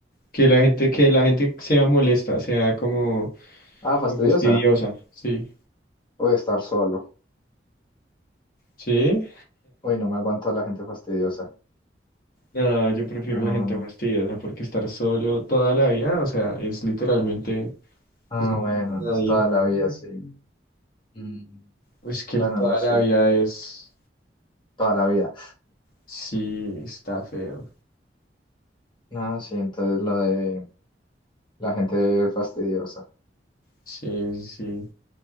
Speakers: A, on the left; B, on the left.
A: que la gente, que la gente sea molesta, sea como,
B: Ah,
A: como
B: fastidiosa.
A: fastidiosa, sí,
B: Voy a estar solo.
A: sí.
B: Uy, no me aguanto a la gente fastidiosa.
A: No, yo prefiero
B: No,
A: la gente
B: no.
A: fastidiosa porque estar solo toda la vida, o sea, es literalmente,
B: Ah,
A: pues no,
B: bueno,
A: hay nadie.
B: es toda la vida, sí. Mm.
A: Es que
B: Bueno,
A: el toda
B: no, sí,
A: la vida es,
B: toda la vida.
A: sí, está feo.
B: No, sí, entonces lo de la gente fastidiosa.
A: Sí, sí. sí.